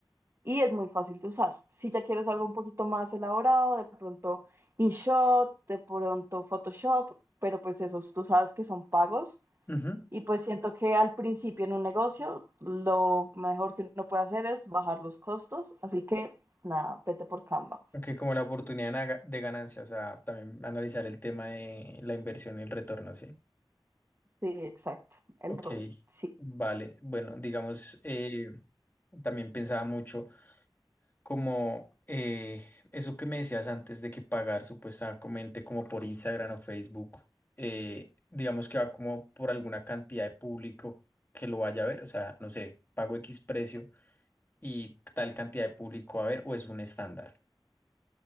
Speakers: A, on the right; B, on the left.
A: y es muy fácil de usar. Si ya quieres algo un poquito más elaborado, de pronto InShot, de pronto Photoshop, pero pues esos tú sabes que son pagos.
B: Ujú.
A: Y pues siento que al principio en un negocio lo mejor que uno puede hacer es bajar los costos. Así que nada, vete por Canva.
B: Ok, como la oportunidad de na- de ganancia, o sea, también analizar el tema de la inversión y el retorno, ¿sí?
A: Sí, exacto, el
B: Ok,
A: ROI, sí.
B: vale. Bueno, digamos, eh, también pensaba mucho como eh, eso que me decías antes de que pagar supuestamente como por Instagram o Facebook, eh, digamos que va como por alguna cantidad de público que lo vaya a ver, o sea, no sé, pago X precio y tal cantidad de público va a ver o es un estándar.